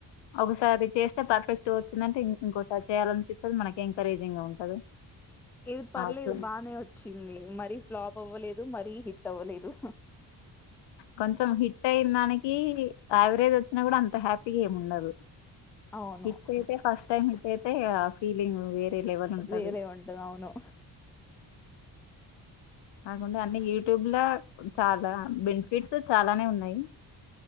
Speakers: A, on the left; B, in the centre.
A: ఒకసారి చేస్తే పర్ఫెక్ట్ గా వచ్చిందంటే ఇంకోసారి చేయాలనిపిస్తుంది మనకి ఎంకరేజింగ్ గా ఉంటది.
B: ఏది పర్లేదు
A: అట్లా
B: బానే వచ్చింది మరీ ఫ్లాప్ అవ్వలేదు మరీ హిట్ హిట్ అవ్వలేదు
A: కొంచెం హిట్ అయిన దానికి యావరేజ్ వచ్చినా కూడా అంత హ్యాపీగా ఏమి ఉండదు.
B: అవును
A: హిట్ అయితే ఫస్ట్ టైం హిట్ అయితే తే అ ఫీలింగ్ వే రే లెవల్ ఉంటంది.
B: వేరే ఉంటది అవును
A: కాకుంటే అన్ని యూట్యూబ్లా చాలా బెనిఫిట్స్ చాలానే ఉన్నాయి.